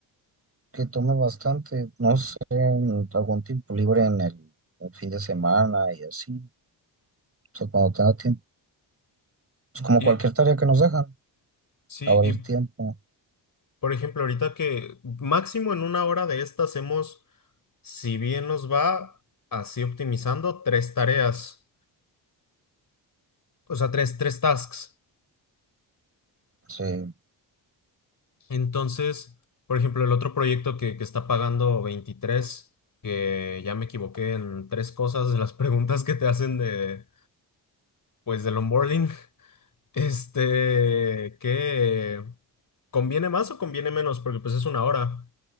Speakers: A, on the right (about 30°); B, on the left (about 45°).
A: que tome bastante, no sé, en algún tiempo libre en el, el fin de semana y así, o sea, cuando tenga tiempo, es como
B: Y
A: cualquier tarea que nos dejan,
B: sí,
A: abrir
B: y
A: tiempo,
B: por ejemplo, ahorita que máximo en una hora de esta hacemos, si bien nos va, así optimizando tres tareas, o sea, tres, tres tasks.
A: sí,
B: Entonces, por ejemplo, el otro proyecto que, que está pagando 23, que ya me equivoqué en tres cosas de las preguntas que te hacen de pues del onboarding, <laughs> este, ¿qué conviene más o conviene menos? Porque pues es una hora